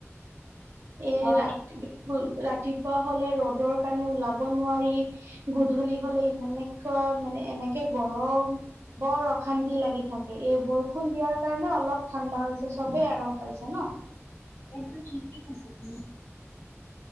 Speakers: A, on the right (about 70°); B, on the left (about 65°).
A: এ
B: হয়
A: ৰা ৰাতিপুৱা হলে ৰ'দৰ কাৰণে ওলাব নোৱাৰি গধূলি হলে ইমান এনেকুৱা মানে এনেকে গৰম। বৰ অশান্তি লাগি থাকে এই বৰষুণ দিয়াৰ কাৰণে অলপ ঠাণ্ডা হৈছে চবেই আৰাম পাইছে ন?
B: এইটো কি-কি <unintelligible>